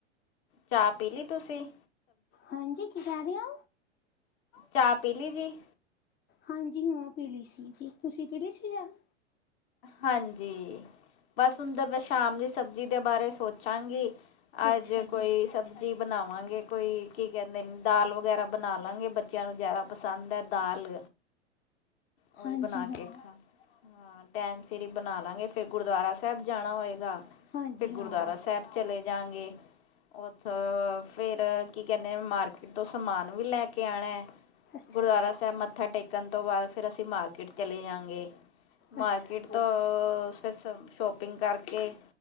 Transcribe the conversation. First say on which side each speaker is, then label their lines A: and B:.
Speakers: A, on the left; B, on the left.
A: ਚਾਹ ਪੀ ਲੀ ਤੁਸੀ?
B: ਹਾਂਜੀ, ਕੀ ਕਹਿ ਰਹੇ ਓ।
A: ਚਾਹ ਪੀ ਲੀ ਜੀ।
B: ਹਾਂਜੀ ਮੈਂ ਪੀਲੀ ਸੀ ਜੀ। ਤੁਸੀਂ ਪੀਲੀ ਸੀ ਜਦ
A: ਹਾਂਜੀ, ਬਸ ਹੁਣ ਤਾ ਮੈਂ ਸ਼ਾਮ ਦੀ ਸਬਜ਼ੀ ਦੇ ਬਾਰੇ ਸੋਚਾਗੇ। ਅੱਜ
B: ਅੱਛਾ ਜੀ।
A: ਕੋਈ ਸਬਜ ਵੀ ਬਣਾਵਾਂਗੇ ਕੋਈ ਕੀ ਕਹਿੰਦੇ ਨੇ ਦਾਲ ਵਗੈਰਾ ਬਣਾ ਲਵਾਂਗੇ। ਬੱਚਿਆਂ ਨੂੰ ਜ਼ਿਆਦਾ ਪਸੰਦ ਐ ਦਾਲ। ਓਹੀ
B: ਹਾਂਜੀ
A: ਬਣਾ
B: ਹਾਂ,
A: ਕੇ, ਖਾ ਕੇ, ਟੈਮ ਸਿਰ ਈ ਬਣਾ ਲਾ ਗੇ, ਫਿਰ ਗੁਰਦੁਆਰਾ ਸਾਹਿਬ ਜਾਣਾ ਹੋਏਗਾ।
B: ਹਾਂਜੀ
A: ਤੇ
B: ਹਾਂ।
A: ਗੁਰਦੁਆਰਾ ਸਾਹਿਬ ਚਲੇ ਜਾ ਗੇ। ਉਥੋ ਫੇਰ ਕੀ ਕਹਿੰਦੇ ਮਾਰਕੀਟ ਤੋਂ ਸਮਾਨ ਵੀ ਲੈ ਕੇ ਆਣਾ।
B: ਅੱਛਾ
A: ਗੁਰਦੁਆਰਾ
B: ਜੀ,
A: ਸਾਹਿਬ ਮੱਥਾ ਟੇਕਣ ਤੋਂ ਬਾਅਦ ਫਿਰ ਅਸੀਂ ਮਾਰਕੀਟ ਚਲੇ ਜਾਂਗੇ।
B: ਅੱਛਾ
A: ਮਾਰਕੀਟ
B: ਜੀ,
A: ਤੋਂ ਫਿਰ ਸ਼ੋਪਿੰਗ ਕਰਕੇ